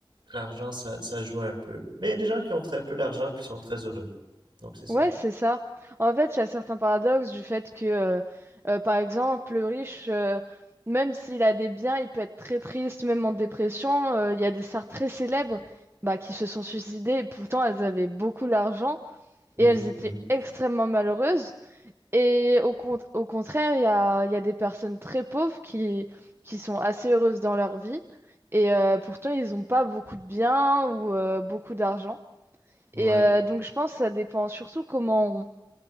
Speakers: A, on the right; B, on the right.
A: l'argent, ça, ça joue un peu. Mais il y a des gens qui ont très peu d'argent puis qui sont très heureux. Donc c'est ça.
B: Ouais, c'est ça. En fait, il y a certains paradoxes du fait que, euh, euh, par exemple, le riche, euh, même s'il a des biens, il peut être très triste, même en dépression. Euh, Il y a des stars très célèbres bah, qui se sont suicidées, et pourtant elles avaient beaucoup d'argent
A: Mhm,
B: et elles étaient
A: mhm,
B: extrêmement malheureuses. Et au, con- au contraire, il y a, il y a des personnes très pauvres qui, qui sont assez heureuses dans leur vie, et euh, pourtant ils n'ont pas beaucoup de biens ou euh, beaucoup d'argent.
A: Ouais.
B: Et euh, donc je pense que ça dépend surtout comment